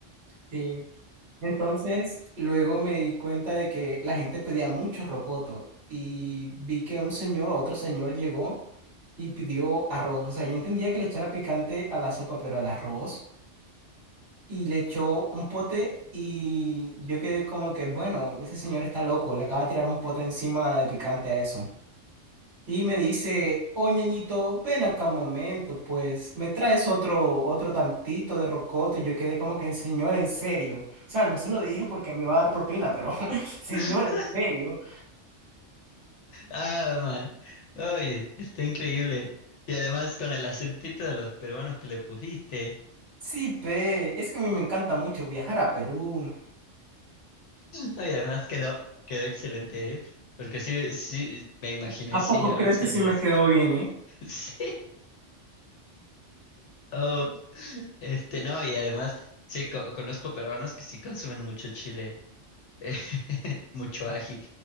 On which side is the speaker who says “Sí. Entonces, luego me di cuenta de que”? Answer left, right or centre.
Right